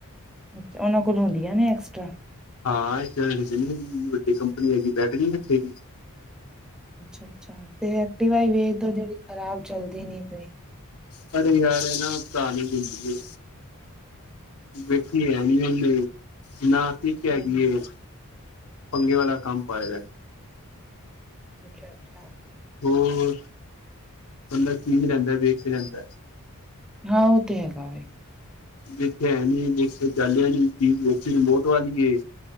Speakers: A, in the centre; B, on the left (about 70°).
A: ਅੱਛਾ, ਉਹਨਾਂ ਕੋਲੋਂ ਹੁੰਦੀਆਂ ਨੇ ਐਕਸਟਰਾ
B: ਹਾਂ, ਇਹ ਏਨੀ ਵੱਡੀ ਕੰਪਨੀ ਹੈਗੀ ਬੈਟਰੀ ਨੀ ਰੱਖੇਗੀ।
A: ਅੱਛਾ-ਅੱਛਾ, ਤੇ ਐਕਟੀਵਾ ਈ ਵੇਚ ਦੋ ਜਿਹੜੀ ਖਰਾਬ ਚੱਲਦੀ ਨੀ ਪਈ।
B: ਪਰ ਯਾਰ ਇਹ ਨਾ ਪੁਰਾਣੀ ਦਿੰਦੀ ਐ। ਵੇਖੀ ਹੈ ਨੀ ਉਹਨੇ, ਨਾ ਕਿੱਕ ਹੈਗੀ
A: ਹੂੰ-ਹੂੰ
B: ਏ। ਪੰਗੇ ਵਾਲਾ ਕੰਮ ਪਾਇਆ ਦਾ
A: ਅੱਛਾ -ਅੱਛਾ।
B: ਹੋਰ ਬੰਦਾ ਚੀਜ ਲੈਂਦਾ ਵੇਖ ਕੇ ਲੈਂਦਾ।
A: ਹਾਂ ਓ ਤੇ ਹੈਗਾ ਵੇ।
B: ਵੇਖਿਆ ਹੈਨੀ ਵੇਖੇ ਚੱਲਿਆ ਨੀ ਸੀ ਵੇਖੀ ਰਿਮੋਟ ਵਾਲੀ ਏ।